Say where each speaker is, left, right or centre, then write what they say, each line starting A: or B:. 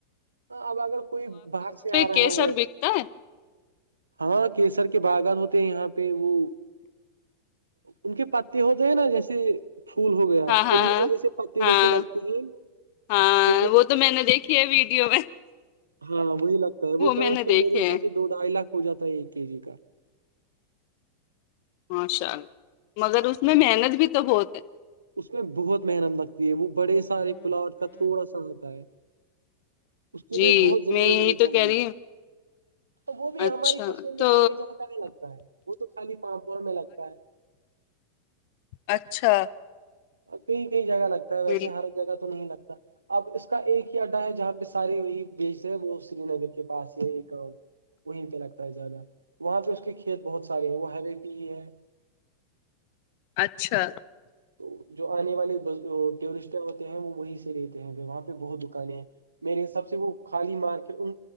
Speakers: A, on the right (about 75°); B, on the left (about 45°).
A: ہ اب اگر کوئی باہر سے آ رہا
B: کیسر
A: ہے
B: بکتا ہے
A: ہاں کیسر کے باغان ہوتے ہیں یہاں پہ وہ ان کے پتے ہوتے ہیں نا جیسے پھول ہو گیا
B: ہاں ہاں
A: انیں
B: ہاں
A: میں جیسے پتے
B: ہاں
A: جیسے لگتے ہیں
B: ہاں
A: تو
B: وہ تو میں نے دیکھی ہے ویڈیو میں
A: ہاں وہی لگتا ہے وہ کم
B: میں نے
A: از
B: دیکھے
A: کم میرے حساب
B: ہیں
A: سے دو ڈھائی لاکھ ہو جاتا ہے ایک کے جی کا
B: ماشاء اللہ مگر اس میں محنت بھی تو بہت ہے
A: اس میں بہت محنت لگتی ہے وہ بڑے سارے پلاٹ کا تھوڑا سا آتا ہے اس کے
B: جی
A: لیے بہت زمینیں
B: میں یہی
A: ہونی
B: تو
A: چاہیے
B: کہہ رہی ہوں
A: اور وہ بھی
B: اچھا
A: ہماری کشمیر
B: تو
A: میں ساری جگ پ لگتا ہے وہ تو خالی پاپور میں لگتا ہے
B: اچھا
A: کئی کئی جگہ لگتا ہے ویسے
B: بال
A: ہر جگہ تو نہیں لگتا اب اس کا ایک ہی اڈا ہے جہاں پہ سارے وہی بیج ہے وہ سری نگر کے پاس ہی ایک وہیں پہ لگتا ہے زیادہ وہاں پہ اس کے کھیت بہت سارے ہیں وہ ہوے پ ہی ہے
B: اچھا
A: تو جو آنے والے ٹورسٹ ہوتے ہیں وہ وہی سے رہتے ہیں وہاں پہ بہت دکانیں میرے سب سے وہ خالی مار کے ان